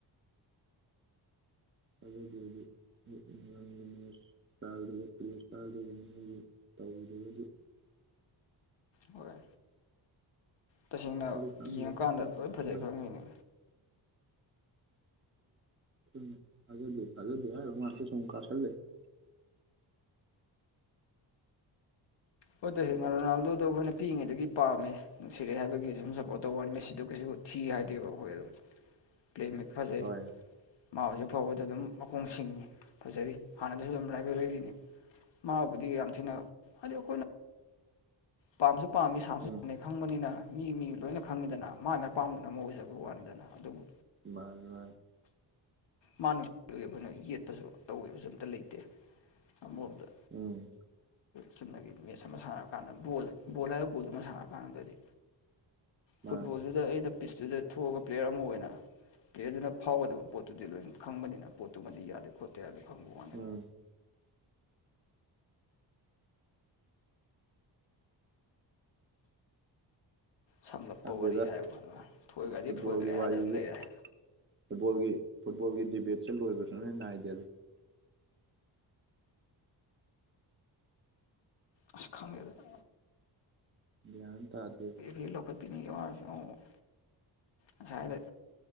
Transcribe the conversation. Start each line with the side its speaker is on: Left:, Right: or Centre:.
Right: ꯑꯗꯨꯗꯤꯗꯤꯒꯤꯅꯤꯁ ꯏꯁꯇꯥꯜꯗꯨꯒ ꯄꯨꯔꯤꯁ ꯏꯁꯇꯥꯜꯗꯨꯒ ꯃꯣꯏꯒꯤ ꯇꯧꯗꯒꯗꯤ
Left: ꯍꯔ ꯇꯁꯦꯡꯅ
Right: ꯑꯗꯨ ꯈꯪꯗꯦ
Left: ꯌꯦꯡꯉꯀꯥꯟꯗ
Right: ꯑꯗꯨꯝ
Left: ꯂꯣꯏ ꯐꯖꯩ
Right: ꯃꯣꯏ
Left: ꯈꯪꯉꯅꯤ
Right: ꯎꯝꯖ ꯊꯖꯗꯤ ꯃꯥꯔ ꯁꯨꯝꯀꯥꯁꯔ ꯂꯩꯦ
Left: ꯍꯣꯠꯇ ꯍꯦꯡꯅꯔꯣꯅꯥꯝꯗꯣꯗꯣ ꯑꯩꯈꯣꯏꯅ ꯄꯤꯛꯉꯩꯗꯒꯤ ꯄꯥꯝꯃꯦ ꯅꯨꯡꯁꯤꯔꯛꯑꯦ ꯍꯥꯏꯕꯒꯤ ꯁꯨꯝ ꯁꯞꯄꯣꯔꯠ ꯇꯧꯕꯅꯤ ꯃꯦꯁꯤꯗ ꯀꯩꯁꯨ ꯊꯤ ꯍꯥꯏꯗꯦꯕ ꯑꯩꯈꯣꯏ ꯑꯗꯨꯝ ꯀꯃꯦ ꯈꯖꯩ
Right: ꯍꯣꯏ
Left: ꯃꯥꯁ ꯐꯥꯎꯕꯗ ꯑꯗꯨꯝ ꯃꯈꯣꯡ ꯁꯤꯡꯉꯤ ꯐꯖꯔꯤ ꯍꯥꯟꯅꯗꯁꯨ ꯑꯗꯨꯝ ꯔꯥꯏꯕꯦꯜ ꯂꯩꯔꯤꯅꯤ ꯃꯥꯕꯨꯗꯤ ꯌꯥꯝ ꯊꯤꯅ ꯍꯥꯏꯗꯤ ꯑꯩꯈꯣꯏꯅ ꯄꯥꯝꯁꯨ ꯄꯥꯝꯃꯤ ꯁꯅꯁꯨ
Right: ꯎꯝ
Left: ꯁꯅꯩ ꯈꯪꯕꯅꯤꯅ ꯃꯤ ꯃꯤ ꯂꯣꯏꯅ ꯈꯪꯉꯤꯗꯅ ꯃꯥꯏ ꯃꯥꯏ ꯑꯄꯥꯝꯗꯨꯅ ꯑꯃ ꯑꯣꯏꯖꯕꯒꯤ ꯋꯥꯅꯤꯗꯅ ꯑꯗꯨꯕꯨ
Right: ꯃꯥꯅꯤ ꯃꯥꯅꯤ
Left: ꯃꯥ ꯁꯤ ꯑꯩꯈꯣꯏꯅ ꯌꯦꯠꯄꯁꯨ ꯇꯧꯕꯁꯨ ꯑꯝꯇ ꯂꯩꯇꯦ ꯑꯃꯔꯣꯝꯗ
Right: ꯎꯝ
Left: ꯆꯨꯝꯅꯒꯤ ꯃꯦꯠꯁ ꯑꯃ ꯁꯥꯟꯅꯔꯀꯥꯟꯗ ꯕꯣꯜ ꯕꯣꯜ ꯍꯥꯏꯔꯤꯕ ꯕꯣꯜꯗꯨ ꯑꯃ ꯁꯥꯟꯅꯔꯀꯥꯟꯗꯗꯤ
Right: ꯃꯥꯅꯦ
Left: ꯐꯨꯠꯕꯣꯜꯗꯨꯗ ꯑꯩꯅ ꯄꯤꯁꯇꯨꯗ ꯊꯣꯛꯑꯒ ꯄ꯭ꯂꯦꯌꯔ ꯑꯃ ꯑꯣꯏꯅ ꯄ꯭ꯂꯦꯌꯔꯗꯨꯅ ꯐꯥꯎꯒꯗꯕ ꯄꯣꯠꯇ ꯇꯨꯗꯤ ꯂꯣꯏꯅ ꯈꯪꯕꯅꯤꯅ ꯄꯣꯠꯇꯨꯃꯗꯤ ꯌꯥꯗꯦ ꯈꯣꯠꯇꯦꯗ ꯈꯪꯕ ꯋꯥꯅꯤ
Right: ꯎꯝ
Left: ꯁꯝꯂꯞꯄ
Right: ꯈꯪꯗꯦꯗ
Left: ꯋꯥꯔꯤ ꯍꯥꯏꯕ ꯑꯗꯨ ꯊꯣꯏꯈ꯭ꯔꯗꯤ
Right: ꯐꯨꯠꯕꯣꯜꯒꯤ
Left: ꯊꯣꯏꯈ꯭ꯔꯦ ꯍꯥꯏꯗꯅ
Right: ꯋꯥꯔꯤꯁꯦ
Left: ꯑꯗꯨꯝ ꯂꯩꯔꯦ
Right: ꯐꯨꯠꯕꯣꯜꯒꯤ ꯐꯨꯠꯕꯣꯜꯒꯤ ꯗꯤꯕꯦꯠꯁꯦ ꯂꯣꯏꯕꯁꯨ ꯂꯣꯏ ꯅꯥꯏꯗꯦ
Left: ꯑꯁ ꯈꯪꯗꯦꯗ
Right: ꯒ꯭ꯌꯥꯟ ꯑꯝ ꯇꯥꯗꯦ
Left: ꯍꯦꯛ ꯂꯧꯈꯠꯄꯤꯅꯤꯡꯉꯦ ꯋꯥꯔꯁꯨ ꯑꯃꯨꯛ ꯉꯁꯥꯏꯗ